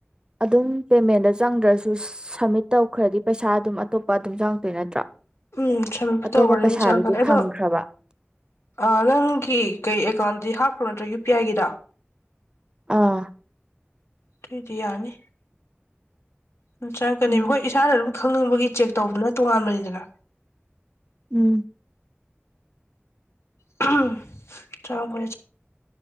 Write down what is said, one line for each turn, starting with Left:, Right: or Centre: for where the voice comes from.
Right: ꯑꯗꯨꯝ ꯄꯦꯃꯦꯟꯗ ꯆꯪꯗ꯭ꯔꯁꯨ ꯁꯝꯃꯤꯠ ꯇꯧꯈ꯭ꯔꯗꯤ ꯄꯩꯁꯥ ꯑꯗꯨꯝ ꯑꯇꯣꯞꯄ ꯑꯗꯨꯝ ꯆꯪꯉꯛꯇꯣꯏ ꯅꯠꯇ꯭ꯔꯣ꯫
Left: ꯎꯝ ꯁꯃꯤꯠ
Right: ꯑꯇꯣꯞꯄ
Left: ꯇꯧꯒ ꯑꯗꯨꯝ
Right: ꯄꯩꯁꯥꯗꯨꯗꯤ
Left: ꯆꯪꯉꯛꯀꯅꯤ ꯑꯗꯣ
Right: ꯐꯪꯈ꯭ꯔꯕ
Left: ꯑ ꯅꯪꯒꯤ ꯀꯩ ꯑꯦꯀꯥꯎꯟꯗꯤ ꯍꯥꯞ ꯌꯨ ꯄꯤ ꯑꯥꯏꯒꯤꯗꯣ꯫
Right: ꯑꯥ꯫
Left: ꯇꯨꯏꯗꯤꯌꯥꯅꯤ꯫ ꯎꯝ ꯆꯪꯉꯛꯀꯅꯤ
Right: ꯎꯝ
Left: ꯍꯣꯏ ꯏꯁꯥꯅ ꯑꯗꯨꯝ ꯈꯪꯅꯤꯡꯕꯒꯤ ꯆꯦꯛ ꯇꯧꯕꯗꯨꯅ ꯇꯣꯉꯥꯟꯕꯅꯤꯗꯅ꯫
Right: ꯎꯝ꯫
Left: <unintelligible> ꯆꯥꯎꯕ꯫